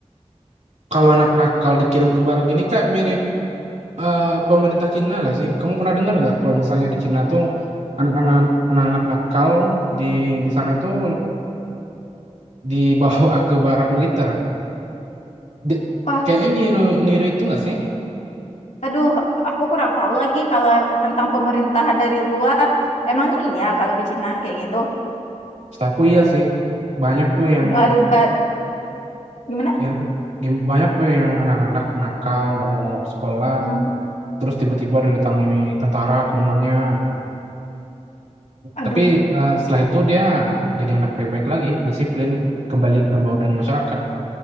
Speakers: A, on the right; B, on the left.
A: kalau anak nakal dikirim ke barak gini kayak mirip Eee, pemerintah Cina nggak sih? Kamu pernah dengar nggak kalau misalnya di Cina tuh anak-anak anak-anak nakal di di sana tuh dibawa ke barak militer? Di
B: Wah,
A: kayaknya niru niru itu nggak sih?
B: aduh, aku kurang tahu lagi kalau tentang pemerintahan dari luar. Emangnya iya kalau di Cina kayak gitu.
A: Setahuku iya sih. Banyak tuh yang
B: Baru ba gimana?
A: yang gim banyak tuh yang anak-anak nakal nggak mau mau ke sekolah,
B: Mm-mm.
A: terus tiba-tiba didatangi tentara ke rumahnya.
B: Aduh,
A: Tapi, eee, setelah itu dia jadi anak baik-baik lagi, disiplin, kembali berbaur dengan masyarakat.